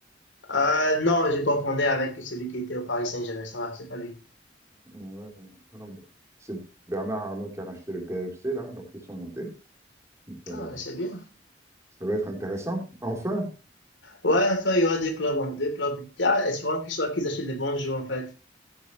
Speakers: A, on the left; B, on the right.
A: Ah non, je confondais avec celui qui était au Paris Saint-Germain, ça va, c'est pas lui.
B: Ouais, ouais, non, C'est Bernard Arnault qui a racheté le PFC, là, donc ils sont montés. Donc, euh,
A: Ah, c'est bien.
B: ça va être intéressant. Enfin,
A: Ouais, enfin, il y aura deux clubs, hein, deux clubs. Ah, espérons qu'ils soient, qu'ils achètent des bons joueurs, en fait,